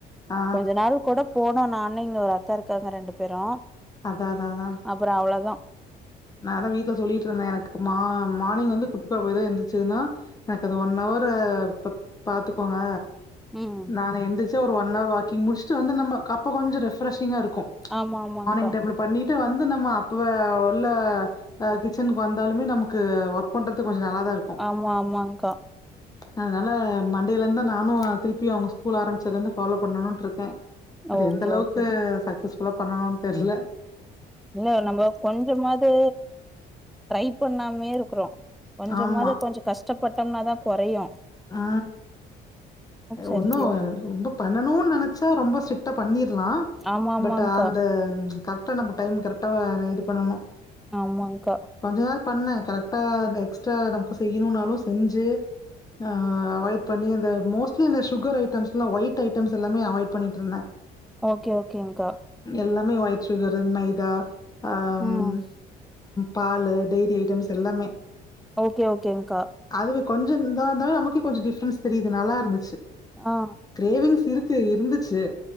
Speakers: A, on the left; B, in the centre.
A: ஆ
B: கொஞ்ச நாள் கூட போனோ நானு இங்க ஒரு அக்கா இருக்காங்க ரெண்டு பேரு
A: அதா அதா அதா
B: அப்புற அவ்வளதா
A: நா அதான் வீட்ல சொல்லிட்டு இருந்தே எனக்கு மா மார்னிங் வந்து குட்டி பாப்பா எதா எந்துச்சதுன்னா எனக்கு அது ஒன் ஹவர் பா பாத்துக்கோங்க
B: ம்
A: நானு எந்துச்சா ஒரு ஒன் ஹவர் வாக்கிங் முடிச்சுட்டு வந்து நம்ம அப்ப கொஞ்ச ரெஃப்ரெஷிங்கா இருக்கு
B: ஆமா ஆமாங்க்கா
A: மார்னிங் டைம்ல பண்ணிட்டு வந்து நம்ம அப்ப நல்ல கிச்சனுக்கு வந்தாலுமே நமக்கு ஒர்க் பண்றதுக் கொஞ்ச நல்லா தா இருக்கு
B: ஆமா ஆமாங்கா
A: அதனால மண்டேல இருந்தான் நானு திருப்பியும் அவங்க ஸ்கூல் ஆரம்பிச்சதுல இருந்து ஃபாலோ பண்ணணும்ட்டு இருக்கே அது
B: ஓகே
A: எந்த அளவுக்கு
B: ஓகே
A: சக்சஸ்ஃபுல்லா பண்ணணுனு தெர்ல
B: இல்ல நம்ம கொஞ்சமாவது ட்ரை பண்ணாமே இருக்கிறோ கொஞ்சமாவது
A: ஆமா.
B: கொஞ்ச கஷ்டப்பட்டோம்னாதா குறையு
A: ஆ
B: சரி
A: ஒன்னு ரொம்ப பண்ணணுனு நினைச்சா ரொம்ப ஸ்டிட்டா பண்ணிரர்லா
B: ஆமா ஆமாங்க்கா
A: பட் அந்த கரெக்டா நம்ம டைம் கரெக்டா நம்ம இது பண்ணணு
B: ஆமாங்கா
A: கொஞ்ச நாள் பண்ணேன் கரெக்டா எக்ஸ்ட்ரா நமக்கு செய்யணுனாலு செஞ்சு ஆ அவாய்ட் பண்ணி அந்த மோஸ்ட்லி இந்த சுகர் ஐட்டம்ஸ்லா ஒயிட் ஐட்டம்ஸ் எல்லாமே அவாய்ட் பண்ணிட்டு இருந்தே
B: ஓகே ஓகேங்கா
A: எல்லாமே ஒயிட் சுகரு மைதா ஆம்
B: ம்
A: பால்லு டெயிரி ஐட்டம்ஸ் எல்லாமே
B: ஓகே ஓகேங்கா
A: அதுவே கொஞ்ச இந்தா தா இருந்தாலே நமக்கே கொஞ்ச டிஃப்ரென்ஸ் தெரியுது நல்லா இருந்துச்சு
B: ஆ
A: கிரேவிங்ஸ் இருக்கு இருந்துச்சு